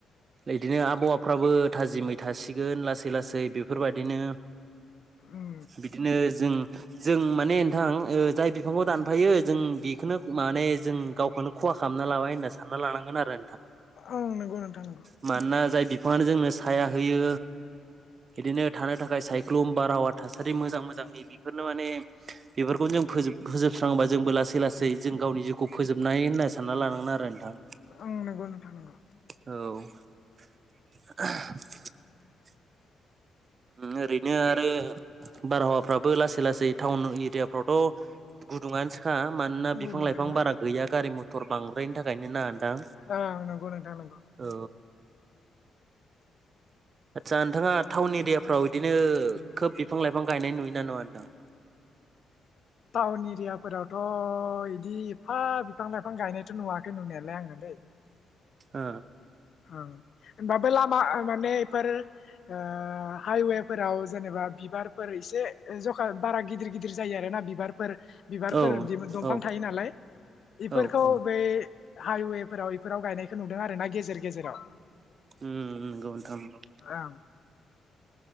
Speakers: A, on the right (about 45°); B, on the left (about 55°).
A: इदिनो आबहावाफ्राबो थाजिमै थासिगोन लासै लासै बेफोरबायदिनो
B: उम
A: बिदिनो जों जों माने नोंथां ओ जाय बिफांखौ दानफायो जों बेखौनो माने जों गावखौनो खहा खालामना लाबाय होनना सा सानना लानांगोन‌ आरो।
B: ओं नंगौ नोंथां नंगौ
A: मानोना जाय बिफाङानो जोंनो साया होयो बिदिनो थानो थाखाय सायख्लुम बारहावा थासारि मोजां मोजांनि बिफोरनो माने बेफोरखौनो जों फोजो-फोजोबस्रांबा जोंबो लासै लासै जों गावनि जिउखौ फोजोबनाय होनना सानना लानांगोन आरो। नोंथां
B: ओं नंगौ नोंथां नंगौ।
A: औ <unintelligible> उम ओरैनो आरो बारहावाफोराबो लासै लासै टाउन एरियाफोरावथ गुदुङानोसै खा मानोना
B: गुदुंखाना
A: बिफां लाइफां बारा गैया गारि मथर बां बैनि थाखायनो ना नोंथां
B: ओं नांगौ नोथां नंगौ।
A: औ आदसा नोंथाङा टाउन एरियाफोराव बिदिनो खोब बिफां लाइफां गायनाय नुयोना नुवा नोंथां?
B: टाउन एरियाफोरावथ इदि एफा बिफां लाइफां गायनायथ नुवाखै नुनायालाय आङो दैै।
A: आ
B: ओं ओमबा बै लामा माने इफोर ओ हाइवे फोराव जेनेबा बिबारफोर एसे जख बारा गिदिर गिदिर जायो आरोना बिबार फोर बिबारफोर
A: औ
B: दंफां
A: औ
B: थायो नालाय बेफोरखौ
A: औ औ
B: बै हाइवेफोराव इफोराव गायनायखौ नुदों आरो ना गेजेर गेजेराव
A: उम नंगौ नंगौ
B: ओं